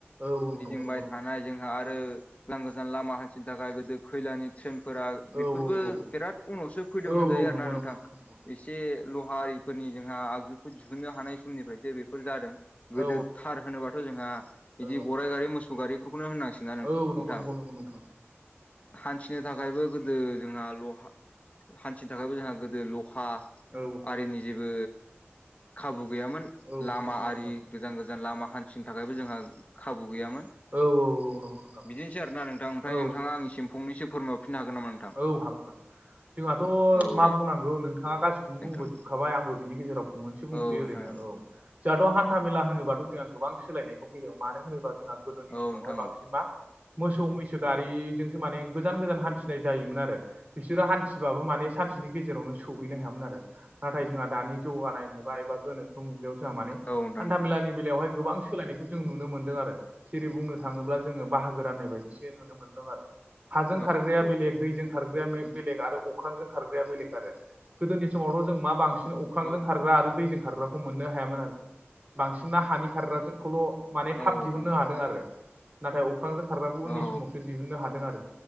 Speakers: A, on the right; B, on the left.
A: औ औ
B: गिदिंबाय
A: नंगौ नंगौ नोंथां
B: थानाय जोंहा आरो गोजान गोजान लामा हान्थिनो थाखाय गोदो खैलानि ट्रेनफोरा
A: औ
B: बेफोरबो
A: औ औ
B: बिराद उनावसो फैदों
A: औ
B: होनजायो
A: औ नंगौ
B: आरो ना
A: नंगौ
B: नोंथां
A: नंगौ नंगौ
B: एसे लहारिफोरनि जोंहा आगजुखौ दिहुननो हानाय समनिफ्रायसो बेफोर जादों गोदो
A: औ
B: थार होनोबाथ' जोंहा बिदि
A: औ
B: गराइ गारै मोसौ सौगारिफोरखौनो होननांसिगोन ना
A: औ
B: नोंथां
A: नंगौ नंगौ नंगौ नोंथां
B: हान्थिनो थाखायबो गोदो जोंहा लहा हान्थिनो थाखायबो जोंहा गोदो लहा
A: औ
B: हारिनि जेबो खाबु गैयामोन
A: औ
B: लामा
A: नंगौ नंगौ
B: आरि
A: नोंथां
B: गोजान गोजान लामा हान्थिनो थाखायबो जोंहा खाबु गैयामोन
A: औ औ औ नंगौ नोंथां
B: बिदिनोसै आरोना नोंथां ओमफ्राय
A: औ
B: नोंथाङा आंनिसिम फंनैसो फोरमायरफिननो हागोन नामा नों
A: औ हाबाय जोंहाथ'
B: औ
A: मा
B: दे
A: बुंनांगौ नोंथाङा गासिखौबोनो
B: नोंथां
A: बुंबो थुखाबाय आंबो बिनि गेजेराव फंनैसो बुंसै
B: औ नोंथां
A: ओरैनो औ जाहाथ' हान्था मेला होनोबाथ' जोंहा गोबां सोलायनायखौ फैदों मानो होनोबा जों गोदोनि
B: औ
A: समावहाय
B: नोंथां
A: बांसिन
B: औ
A: मा मोसौ मैसो गारिजोंसो माने गोजान गोजान हान्थि फनाय जायोमोन आरो बिसोरो हान्थिबाबो माने सानसेनि गेजेरावनो सौहैनो हायामोन आरो नाथाय जोंहा दानि जौगानाय मुगा एबा गोनोखो लियाव जोंहा माने
B: औ नोंथां
A: हान्था
B: नोंथां
A: मेलानि बेलायावहाय गोबां सोलायनायखौ जों नुनो मोन्दों आरो जेरै बुंनो थाङोब्ला जोङो बाहागो राननाय बायदिसो नुनो मोनदों आरो हाजों
B: औ
A: खारग्राया बेलेग दैजों खारग्रा बेले आरो अख्रांजों खारग्राया बेलेग आरो गोदोनि समावथ' जों मा बांसिन हुखांजों
B: औ
A: खारग्रा आरो दैजों खारग्राखौ मोननो हायामोन आरो बांसिनना हानि खारग्राखौल' माने थाब
B: औ नोंथां
A: दिहुननो
B: औ
A: हादों आरो नाथाय अख्रांजों खारग्राखौ उननि
B: औ नोंथां औ
A: समावसो दिहुननो हादों आरो